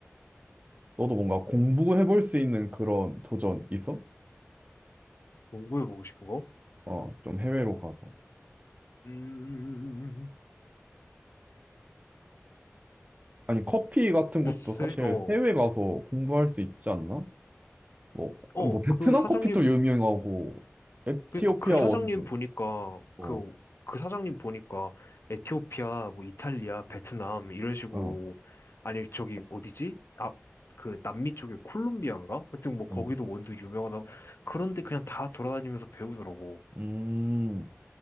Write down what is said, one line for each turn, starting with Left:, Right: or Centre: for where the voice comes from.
Right: 너도 뭔가 공부해볼 수 있는 그런 도전 있어?
Left: 공부해보고 싶은 거?
Right: 어, 좀 해외로 가서.
Left: 음,
Right: 아니, 커피 같은 것도
Left: 글쎄,
Right: 사실
Left: 어.
Right: 해외 가서 공부할 수 있지 않나? 뭐,
Left: 어,
Right: 뭐 베트남
Left: 그 사장님,
Right: 커피도 유명하고 에티오피아
Left: 그니까 그 사장님
Right: 원두.
Left: 보니까,
Right: 어,
Left: 그, 그 사장님 보니까, 에티오피아, 뭐, 이탈리아, 베트남, 이런 식으로,
Right: 어,
Left: 아니, 저기, 어디지? 아, 그, 남미 쪽에 콜롬비아인가? 하여튼 뭐, 거기도
Right: 음,
Left: 원두 유명하다. 그런데 그냥 다 돌아다니면서 배우더라고.
Right: 음,